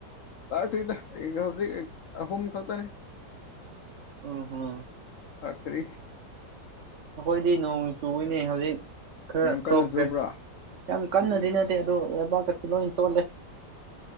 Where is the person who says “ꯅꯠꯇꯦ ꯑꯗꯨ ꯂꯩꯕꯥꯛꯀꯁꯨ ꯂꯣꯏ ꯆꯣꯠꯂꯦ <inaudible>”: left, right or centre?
Right